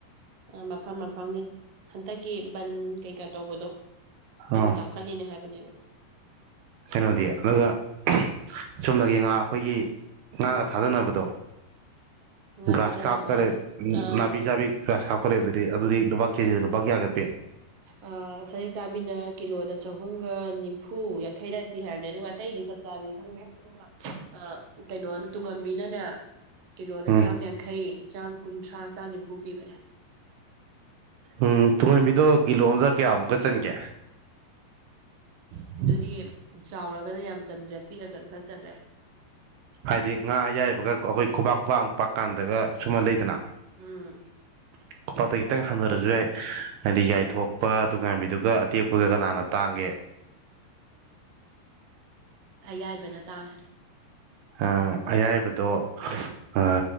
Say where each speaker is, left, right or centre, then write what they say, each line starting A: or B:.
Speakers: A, on the right; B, on the right.
A: ꯑ ꯃꯐꯝ ꯃꯐꯝꯒꯤ ꯍꯟꯇꯛꯀꯤ ꯕꯟ ꯀꯩꯀꯥ ꯇꯧꯕꯗꯣ ꯑꯗꯨꯅ
B: ꯑꯥ
A: ꯇꯥꯡ ꯈꯂꯤꯅꯦ ꯍꯥꯏꯕꯅꯦꯕ
B: ꯀꯩꯅꯣꯗꯤ ꯑꯗꯨꯒ ꯑꯍꯝ ꯆꯨꯝꯅꯒꯤ ꯉꯥ ꯑꯈꯣꯏꯒꯤ ꯉꯥꯒ ꯊꯥꯗꯅꯕꯗꯣ
A: ꯉꯥ
B: ꯒ꯭ꯔꯥꯁ
A: ꯊꯥꯗꯅꯕ
B: ꯀꯥꯞꯀ
A: ꯍꯥꯏꯗꯤ
B: ꯂꯩ
A: ꯑꯥ
B: ꯅꯥꯄꯤ ꯆꯥꯕꯤ ꯒ꯭ꯔꯥꯁ ꯀꯥꯞꯀ ꯂꯩꯕꯗꯨꯗꯤ ꯑꯗꯨꯗꯤ ꯂꯨꯄꯥ ꯀꯦꯖꯤꯗ ꯂꯨꯄꯥ ꯀꯌꯥꯒ ꯄꯤ
A: ꯑꯥ ꯁꯖꯤꯛ ꯆꯥꯕꯤꯅ ꯀꯤꯂꯣꯗ ꯆꯍꯨꯝꯒ ꯅꯤꯐꯨ ꯌꯥꯡꯈꯩ ꯗꯥꯏꯗ ꯄꯤ ꯍꯥꯏꯕꯅꯦ ꯑꯗꯨꯒ ꯑꯇꯩꯗꯤ ꯆꯞ ꯆꯥꯕꯤ ꯈꯪꯗꯦ ꯑꯗꯨꯒ ꯑꯥ ꯀꯩꯅꯣꯅ ꯇꯨꯡꯉꯝꯕꯤꯅꯅꯦ ꯀꯤꯂꯣꯅ
B: ꯎꯝ
A: ꯆꯥꯝ ꯌꯥꯡꯈꯩ ꯏꯆꯝ ꯀꯨꯟꯊ꯭ꯔꯥ ꯆꯥꯝ ꯅꯤꯝꯐꯨ ꯄꯤꯕꯅꯦ
B: ꯎꯝ ꯇꯨꯡꯍꯟꯕꯤꯗꯣ ꯀꯤꯂꯣ ꯑꯝꯗ ꯀꯌꯥꯃꯨꯛꯀ ꯆꯟꯒꯦ <inaudible>
A: ꯑꯗꯨꯗꯤ ꯆꯥꯎꯔꯒꯅ ꯌꯥꯝ ꯆꯟꯗ꯭ꯔꯦ ꯄꯤꯛꯑꯒꯅ ꯈꯔ ꯆꯜꯂꯦ
B: ꯍꯥꯏꯗꯤ ꯉꯥ ꯑꯌꯥꯏꯕꯒ ꯑ ꯑꯈꯣꯏ ꯈꯨꯕꯥꯛ ꯈꯨꯕꯥꯛꯃꯨꯛ ꯄꯥꯛ ꯀꯥꯟꯗꯒ ꯁꯨꯝꯃ ꯂꯩꯗꯅ
A: ꯎꯝ
B: <inaudible> ꯀꯣꯄꯥꯛꯇ ꯈꯤꯇꯪ ꯍꯟꯊꯔꯁꯨ ꯌꯥꯏ ꯍꯥꯏꯗꯤ ꯌꯥꯏꯊꯣꯛꯄ ꯑꯗꯨꯒ ꯉꯥꯏꯥꯟꯕꯤꯗꯨꯒ ꯑꯇꯦꯛꯄꯒ ꯀꯅꯥꯅ ꯇꯥꯡꯒꯦ
A: ꯑꯌꯥꯏꯕꯅ ꯇꯥꯡ
B: ꯑ ꯑꯌꯥꯏꯕꯗꯣ ꯑ